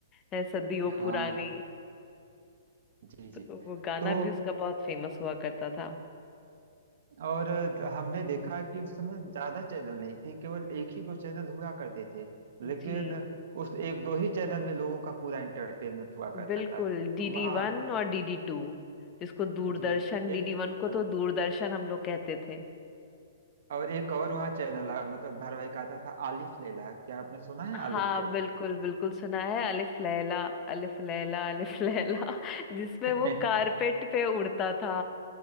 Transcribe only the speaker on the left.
है सदियों
पुरानी
तो वो गाना
भी उसका बहुत फेमस हुआ करता था
जी
बिल्कुल
डीडी
वन और
डीडी टू जिसको दूरदर्शन
डीडी वन को
तो दूरदर्शन हम लोग कहते थे
हाँ
बिल्कुल बिल्कुल सुना है अलिफ लैला अलिफ लैला अलिफ लैला <laughs> जिसमें
वो कारपेट पे उड़ता था